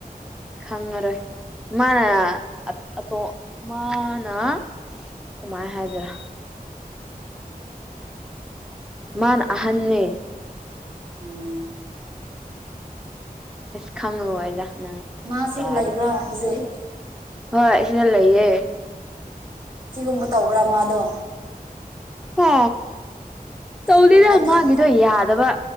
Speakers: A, in the centre; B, on the right.
A: ꯈꯪꯉꯔꯣꯏ ꯃꯥꯅ ꯑꯇꯣ ꯃꯥꯅ ꯀꯃꯥꯏ ꯍꯥꯏꯗꯣꯔꯥ ꯃꯥꯅ ꯑꯍꯟꯅꯦ
B: ꯎꯝ
A: ꯑꯁ ꯈꯪꯉꯨ ꯋꯥꯏꯗ ꯅꯪ
B: ꯃꯥꯁꯨ
A: ꯌꯥꯔꯦ
B: ꯂꯩꯕ꯭ꯔꯥ ꯍꯧꯖꯤꯛ
A: ꯍꯣꯏ ꯁꯤꯗ ꯂꯩꯌꯦ
B: ꯁꯤꯒꯨꯝꯕ ꯇꯧꯕ꯭ꯔꯥ ꯃꯥꯗꯣ
A: ꯍꯥ
B: ꯑꯁꯤꯒꯨꯝꯕ
A: ꯇꯧꯗꯦꯗ
B: ꯇꯧꯕ꯭ꯔꯥ
A: ꯃꯥꯒꯤꯗꯣ ꯌꯥꯗꯕ